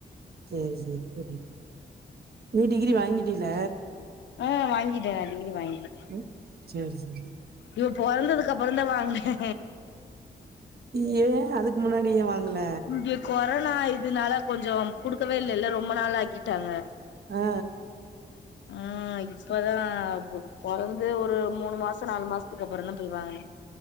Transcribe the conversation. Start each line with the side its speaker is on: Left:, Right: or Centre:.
Right: சேரி செர் ஓகே நீ டிகிரி வாங்கிடேல்ல
Left: ம் வாங்கிட்டே நா டிகிரி வாங்கிட்ட
Right: ம் சேரி சரி
Left: இவா பொறந்ததுக்கு அப்புறம் தான் வாங்குனே
Right: யே அதுக்கு முன்னாடி ய வாங்கல
Left: இங்க கொரோனா இதுனால கொஞ்சோம் குடுக்கவே இல்லல்ல ரொம்ப நாள் ஆக்கிட்டாங்க
Right: அ அ
Left: ம் இப்பதா பொறந்து ஒரு மூணு மாசம் நாலு மாஸ்த்துக்கு அப்புறோந்தா போய் வாங்குன